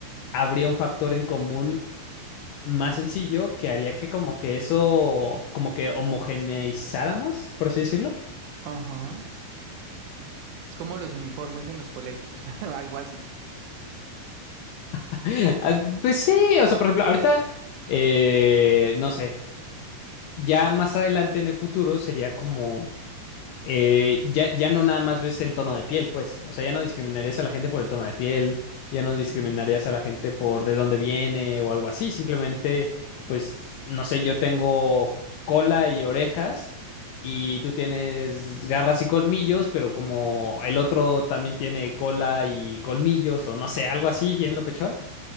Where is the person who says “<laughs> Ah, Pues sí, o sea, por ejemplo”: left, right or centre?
Left